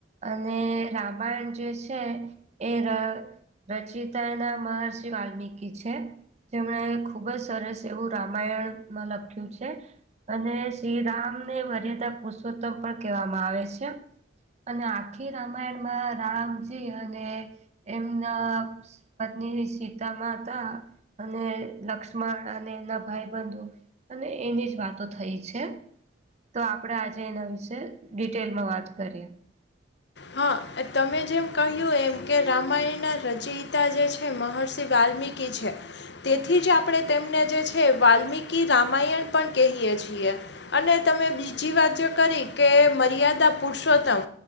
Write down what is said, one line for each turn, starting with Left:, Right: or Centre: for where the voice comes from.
Right: અને રામાયણ જે છે એ ર રચિતા મહર્ષિ વાલ્મીકી છે. જેમણે ખુબ જ સરસ એવું રામાયણમાં લખ્યું છે. અને શ્રીરામને મર્યાદા પુરુષોત્તમ પણ કહેવામાં આવે છે. અને આખી રામાયણમાં રામજી અને એમના પત્ની ને સીતા માતા અને લક્ષ્મણ અને એના ભાઈબંધો અને એની જ વાતો થઈ છે. તો આપડે આજ તેના વિશે ડિટેલમાં વાત કરીએ.
Left: હા એ તમે જેમ કહ્યું એમ કે રામાયણના રચયિતા જે છે મહર્ષિ વાલ્મીકી છે તેથી જ આપડે તેમને જે છે વાલ્મીકી રામાયણ પણ કહીએ છીએ. અને તમે બીજી વાત જે કરી કે મર્યાદા પુરુષોત્તમ